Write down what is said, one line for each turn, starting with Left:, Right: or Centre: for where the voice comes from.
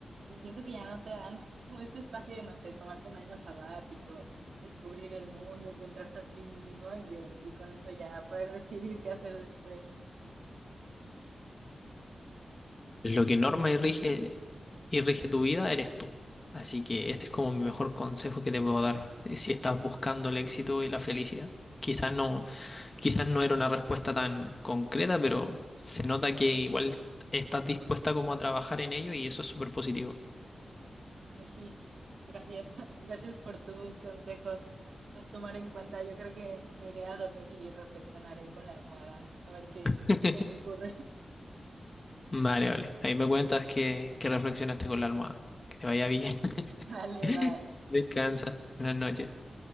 Right: que siento que ya no te dan <laughs> como este espacio de, no sé, tomarte un año sabático, descubrir el mundo, encontrarte a ti mismo y, eh, y con eso ya poder decidir qué hacer después.
Left: Lo que norma
Right: No sé.
Left: y rige y rige tu vida eres tú. Así que este es como mi mejor consejo que te puedo dar. Eh, Si estás buscando el éxito y la felicidad, quizás no, quizás no era una respuesta tan concreta, pero se nota que igual estás dispuesta como a trabajar en ello y eso es súper positivo.
Right: Pues sí, gracias, <laughs> gracias por tus consejos. Los tomaré en cuenta. Yo creo que me iré a dormir y reflexionaré con la almohada, a ver qué
Left: <laughs>
Right: qué se me ocurre.
Left: Ah, Vale, vale. Ahí me cuentas que, que reflexionaste con la almohada. Que te vaya bien.
Right: <laughs> Vale,
Left: <laughs>
Right: bye.
Left: Descansa. Buenas noches.